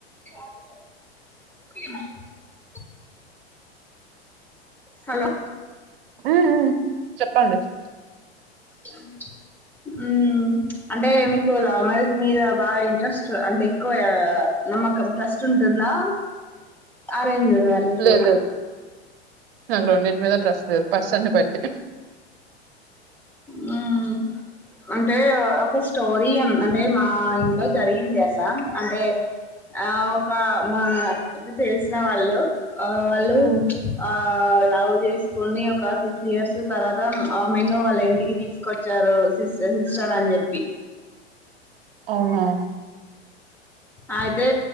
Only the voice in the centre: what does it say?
అండి <unintelligible> హలో
లంచ్ మ్మ్ ప్చ్ అంటే మీకు లవ్ మ్యారేజ్ మీద బాగా ఇంట్రెస్ట్ అంటే ఎక్కువయిగ నమ్మకం ట్రస్ట్ ఉంటుందా అరేంజ్డ్ మ్యారేజే
నా
మ్మ్ అంటే ఒక స్టోరీ అంటే మా ఇంట్లో జరిగింది అట్లా అంటే ఆ ఒక మా తెలిసిన వాళ్ళు ఆ వాళ్ళు
ప్చ్ ఆ ఆ లవ్ జేసుకొని ఒ క సిక్స్ ఇయర్స్ తర్వాత ఆమెను వాళ్ళ ఇంటికి తీసుకొచ్చారు సిస్ సిస్టర్ అని జెప్పి
అయితే